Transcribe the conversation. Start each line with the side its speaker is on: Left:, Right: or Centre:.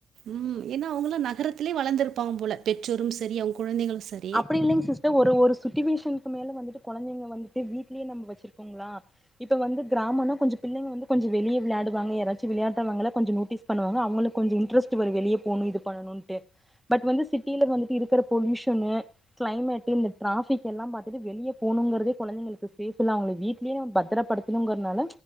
Right: ம் ஏன்னா அவங்களா நகரத்திலயே வளர்திருப்பாங்க போல பெற்றோரு சரி அவுங்க குழந்தைகளு சரி
Centre: அப்படி இல்லைங்க சிஸ்டர் ஒரு சுச்சுவேஷனுக்கு மேல வந்துட்டு குழந்தைங்க வந்துட்டு வீட்லயே நம்ம வச்சிருக்கோங்களா இப்ப வந்து கிராமோனா கொஞ்ச பிள்ளங்க வந்து கொஞ்சோ வெளிய விளையாடுவாங்க யாராச்சு விளையாடுறவங்க கொஞ்சோ நோட்டீஸ் பண்ணுவாங்க அவங்களுக்கு கொஞ்சோ இன்டரஸ்ட் வரு வெளியே போணு இது பண்ணணுட்டு பட் வந்து சிட்டியில வந்துட்டு இருக்கற பொலுஷன்னு கிளைமேட் இந்த டாராபிக் எல்லா பார்த்துட்டு வெளிய போணுங்கிறதே குழந்தைகளுக்கு சேப்டி இல்லா அவுங்கள வீட்லயே பத்தரபடுத்தி தூங்குறதுனால